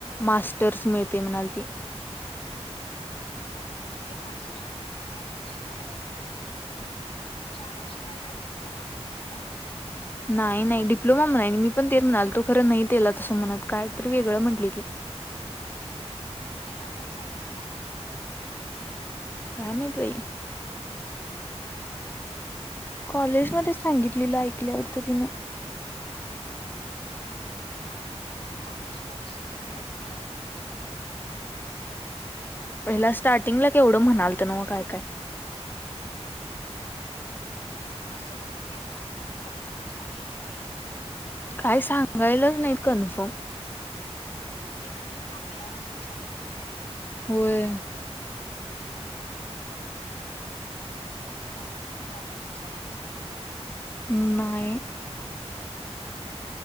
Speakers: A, on the left (about 20°); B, on the left (about 60°).
A: मास्टर्स मिळतय म्हणाल ती
B: हम् ते मास्टर मिळतेय माहिती सोड म चार वर्ष झाल्यावर डिप्लोमा मिळतय काय
A: नाही नाही डिप्लोमा म्हणा मी पण ते म्हणाल तो खरं नाही तेला तसं म्हणत काय तरी वेगळं म्हटली ती
B: तिला कोण सांगितलं
A: काय म्ह्यत बई कॉलेजमध्येध् सांगितलीलं ऐकल्या वाटतं तिनं
B: ह कॉलेज ह विषेच काढाय नई त्याबद्दल
A: पहिला स्टार्टिंगला केवढं म्हणालत नव्ह काय काय
B: असं कुठ त्यांनी कन्फर्म सांगितलय
A: काय सांगायलाच नाहीत कन्फर्म
B: तेच की बघूया म्हणून सांगितल्यात
A: होय
B: अजून पण काय नक्की नाहीच की ते
A: म्ह न्हाई